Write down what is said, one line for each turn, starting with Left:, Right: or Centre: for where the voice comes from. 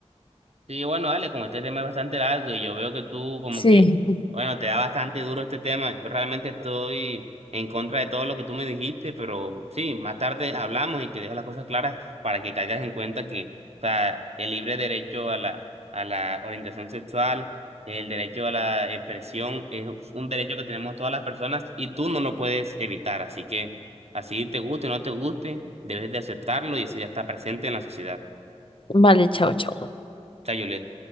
Right: Sí, bueno, dale, como este tema es bastante largo y yo veo que tú como
Left: Sí.
Right: que, bueno, te da bastante duro este tema. Yo realmente estoy en contra de todo lo que tú me dijiste, pero sí, más tarde hablamos y te dejo las cosas claras para que caigas en cuenta que, o sea, el libre derecho a la, a la orientación sexual, el derecho a la expresión, es un derecho que tenemos todas las personas y tú no lo puedes evitar. Así que, así te guste o no te guste, debes de aceptarlo y eso ya está presente en la sociedad.
Left: Vale, chao, chao.
Right: Chao, Juliet.